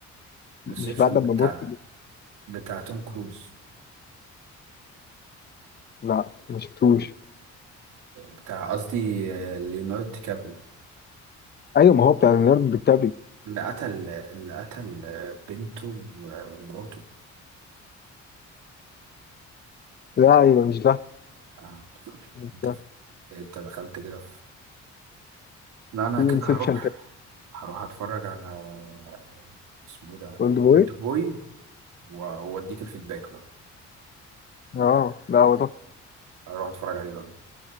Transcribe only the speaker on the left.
مش بعد
ما مت
لا ما شفتوش
ايوه ما هو بتاع ليوناردو دي كابري
لا ايوه مش ده
مش
ده
في
انسبشن
تاني
اولد بوي
اه لا هو ده